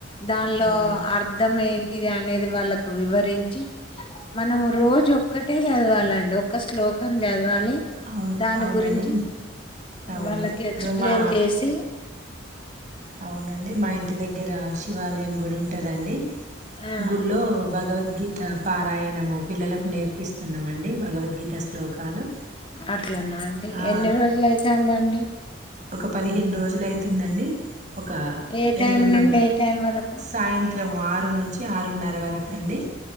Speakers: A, on the left (about 25°); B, on the right (about 40°).
A: దానిలో
B: అవును
A: అర్ధం ఏంటిది అనేది వాళ్ళకు వివరించి మనం రోజు ఒక్కటే చదవాలండి ఒక్క శ్లోకం చదివ
B: అవును
A: దాని
B: అవునండి
A: గురించి
B: అవును
A: వాళ్ళకి
B: ఇప్పుడు
A: ఎక్స్ప్లెయిన్
B: మా
A: చేసి
B: అవునండి మా ఇంటి దగ్గర శివాలయం గుడి ఉంటదండి
A: ఆ
B: గుల్లో భగవద్గీత పారాయణము పిల్లలకు నేర్పిస్తున్నామండి భగవద్గీత శ్లోకాలు
A: అట్లన్నా అండి
B: ఆ
A: ఎన్ని రోజులు అయితంది అండి
B: ఒక పదిహేను రోజులు అవుతుందండి ఒక
A: ఏ
B: ఎనిమిది
A: టైం నుండి
B: మంది
A: ఏ టైం వరకు
B: సాయంత్రం ఆరు ఆరు నుంచి ఆరున్నర వరకు అండి